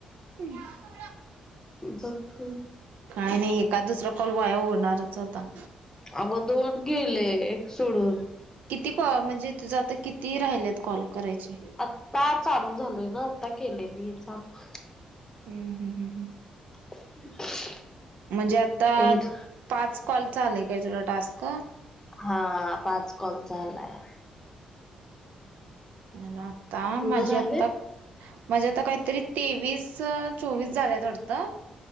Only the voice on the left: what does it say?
बक.
अहो दोन गेले एक सोडून.
का चालू झालंय ना आता केलये मी हे चालू.
<inaudible>
एक
हा पाच कॉल चा आलाय.
तुझं
झालंय?